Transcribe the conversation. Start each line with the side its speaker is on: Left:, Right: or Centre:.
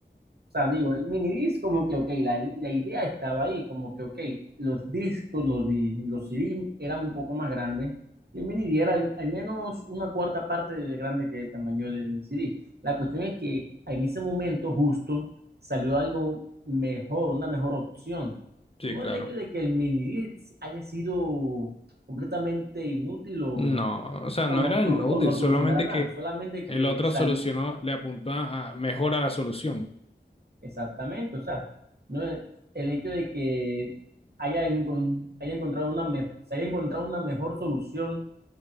Right: O sea, digo, el minidisc como que, ok, la, la idea estaba ahí, como que, ok, los discos, los, di- los C d eran un poco más grandes, y el minidisc era al, al menos una cuarta parte de grande que el tamaño del c d La cuestión es que en ese momento justo salió algo mejor, una mejor opción.
Left: Sí,
Right: No
Left: claro.
Right: el hecho de que el minidisc haya sido completamente inútil o,
Left: No, o sea,
Right: o
Left: no
Right: no,
Left: era
Right: o
Left: inútil,
Right: no
Left: solamente
Right: solucionara nada,
Left: que
Right: solamente
Left: el
Right: que
Left: otro
Right: salió,
Left: solucionó, le apuntó a, a mejora la solución.
Right: Exactamente, o sea, no es- el hecho de que haya, encon- haya encontrado una me- se haya encontrado una mejor solución